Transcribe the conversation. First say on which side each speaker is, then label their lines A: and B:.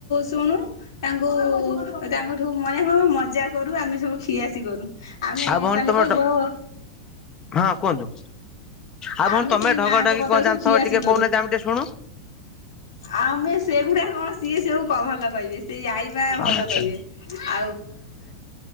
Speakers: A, on the left; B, on the left.
A: ଶୁଣୁ। ତାଙ୍କୁ ତାଙ୍କଠୁ ମାନେ କଣ ମଜା କରୁ ଆମେ ସବୁ ଖୀଆସି କରୁ। ଆମେ
B: ଆଉ ଭଉଣୀ
A: କାଲି
B: ତମ
A: କହିବୁ ଉ-
B: ହଁ କୁହନ୍ତୁ ଆଉ
A: ଆମେ
B: ଭଉଣୀ ତମେ
A: ସେଇ
B: ଢଗ
A: ମାଆଙ୍କ
B: ଢଗି
A: କଥା
B: କଣ
A: ସବୁ
B: ଜାଣିଥିବ
A: ଛିଆସିି
B: ଟିକେ
A: କରୁ।
B: କହୁନାହାନ୍ତି ଆମେ ଟିକେ ଶୁଣୁ।
A: ଆମେ ସେଗୁଡା କଣ ସିଏ ସଵୁ। ଭଲ କହିବେ। ସେଇ ଆଈ ମା ଭଲ
B: ଆଚ୍ଛା
A: କହିବେ ଆଉ-